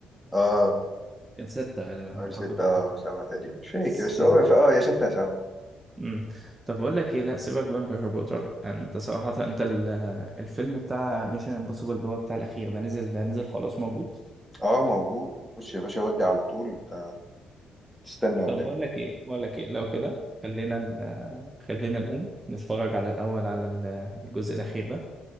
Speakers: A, in the centre; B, on the right.
A: اه
B: كان ستة غالبا
A: اول
B: أعتقد
A: ستة اه
B: أه
A: أو سبعة تقريبا مش فاكر
B: بس
A: بس
B: كان
A: هو في اه يا ستة يا سبعة
B: مم. طب بقول لك إيه لا سيبك بقى من هاري بوتر أنت صراحة أنت ال- الفيلم بتاع ميشن امبوسيبل اللي هو بتاع الأخير ده نزل ده نزل خلاص موجود
A: اه موجود خش يا باشا ودي على طول انت تستنى ولا
B: طب بقول
A: ايه
B: لك إيه بقول لك إيه لو كده خلينا ن- خلينا نقوم نتفرج على الأول على ال- الجزء الأخير ده